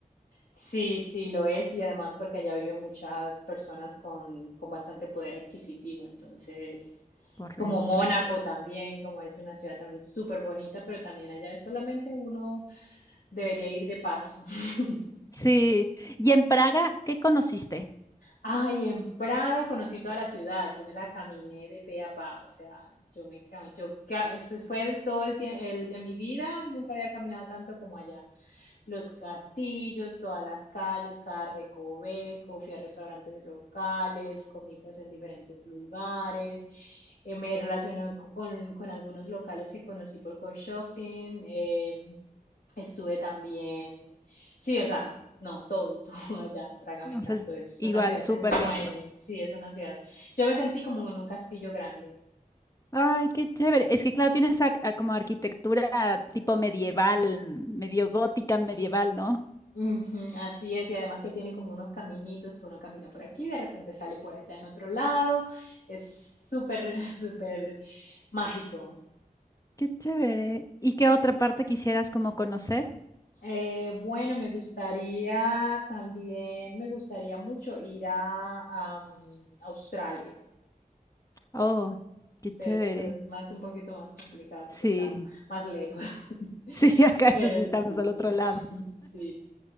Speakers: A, on the left; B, on the left.
A: sí, sí lo es y además porque allá viven muchas personas con, con bastante poder adquisitivo, entonces
B: Correcto.
A: es como Mónaco también, como es una ciudad también súper bonita, pero también allá es solamente uno Debería ir de paso. <laughs>
B: Sí. ¿Y en Praga qué conociste?
A: Ay, en Praga conocí toda la ciudad, yo me la caminé de pe a pa, o sea, yo me cam- yo ca- ese fue el, todo el tiempo de mi vida, nunca había caminado tanto como allá. Los castillos, todas las calles, cada recoveco, fui a restaurantes locales, comí pues en diferentes lugares, eh, me relacioné co- con, con algunos locales que conocí por Couchsurfing, eh, Estuve también, sí, o sea, no, todo, <laughs> todo allá, Praga
B: Entonces,
A: me encantó, es
B: igual,
A: una ciudad
B: súper
A: de ensueño,
B: lindo.
A: sí, es una ciudad. Yo me sentí como en un castillo grande.
B: Ay, qué chévere. Es que claro, tienes a- a como arquitectura tipo medieval, medio gótica medieval, ¿no?
A: Ujú, así es, y además que tiene como unos caminitos que uno camina por aquí, de repente sale por allá en otro lado, es súper, <laughs> súper mágico.
B: Qué chévere. ¿Y qué otra parte quisieras como conocer?
A: Eh, bueno, me gustaría también, me gustaría mucho ir a, am, Australia.
B: Oh, qué chévere.
A: pero es más un poquito más complicado porque
B: Sí,
A: está más lejos. <laughs>
B: sí, <laughs> acá eso
A: Pero
B: sí estamos
A: sí,
B: al otro lado.
A: sí.